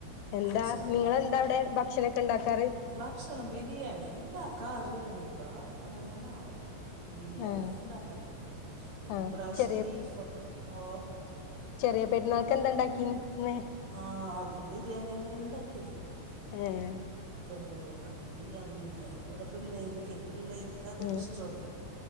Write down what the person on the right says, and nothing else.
ഇൻഷാ അള്ളാ
ഭക്ഷണം ബിരിയാണി എന്നേ ഇണ്ടാക്കാറ് ഇനിപ്പാ എങ്ങനെണാവോ ബിരിയാണി
എന്നെണ്ടാക്കല് ഉം ഇനിപ്പ
ഇപ്രാവിശ്യം
ബീഫൊക്കെ ഓഹ്
ആഹ് അതും ബിരിയാണി ന്നേണ് ഇണ്ടാക്കിത്
ചെറിയ പെരുന്നാൾ ബിരിയാണി ബിരിയാണി ഇവിടെ പിള്ളേര്കൈ പിള്ളേര് കതൊര്
ഇഷ്ടോണയ്